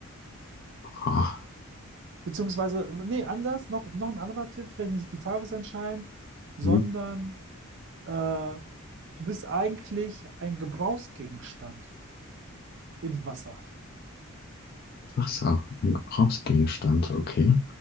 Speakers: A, on the left; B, on the right.
A: ah,
B: Beziehungsweise, nee, anders, noch, noch ein anderer Tipp, vielleicht nicht die Farbe ist entscheidend, sondern
A: hm.
B: äh, du bist eigentlich ein Gebrauchsgegenstand im Wasser.
A: Wasser, ein Gebrauchsgegenstand, okay.